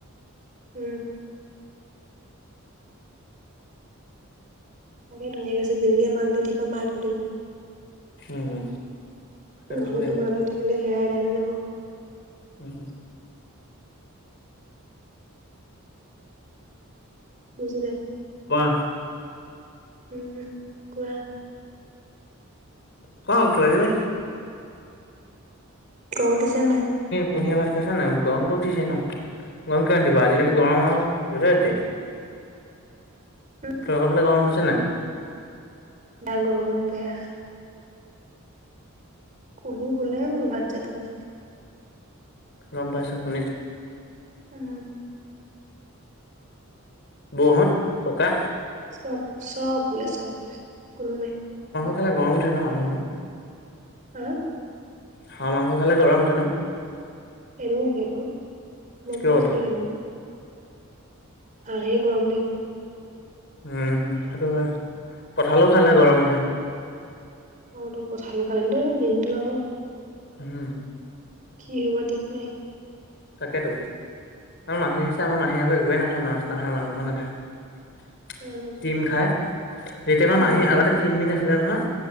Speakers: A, on the right; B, on the left.
A: উম তাকে ধুনুয়ে কৈছে মাক দি দিলে মায়ে ধুই দিব
B: উম তাত
A: নহ'লে
B: শুব লাগিব।
A: তোমাৰ লগত থাকিলে হেআ এদাই হৈ যাব।
B: উম
A: বুজিলে
B: কোৱা,
A: উম, কোৱা।
B: খাওঁ কিবা কিবি।
A: গৰম উঠিছে নাই?
B: কুঁহিয়ে ভাত খাইছে নাই? গৰমতো উঠিছে ন। গৰম কিয় নুঠিব আজিকালি গৰম আও যেতিয়া তেতিয়া
A: উম,
B: তহঁতৰ ফালে গৰম হৈছে নাই?
A: এতিয়া গৰমত বেয়া কুঁহি শুলে বোলো ভাত চাত খাই।
B: গম পাইছোঁ। শুনিছোঁ।
A: উম
B: বৌহঁত, ককা?
A: চব চব শুলে চব শুলে কোনো নাই।
B: হে গৰম উঠে ন মানুহৰ
A: হা
B: হাঁহ মাংস খালে গৰম উঠে ন?
A: এনেও সেইটো লগ
B: কিয়
A: কৰিছিলেহি
B: উঠে?
A: মোক হাঁহেই গৰম দেখোন।
B: উম, সেইটো হয়। কঠালো খালো গৰম উঠে।
A: অ তু কঠাল খালেতু দিনটো আও
B: উম
A: কি হ'ব ঠিক নাই।
B: তাকেতো আমাৰৰ মাহী আহিছে আমাৰ মাহী আক একোৱেই নাখায় মাছ, নাখায় মাংস নাখায়।
A: উম
B: ডিম খাই যেতিয়াবা
A: উম
B: মাহী আগতে খিনমিন আছিলে নহয়।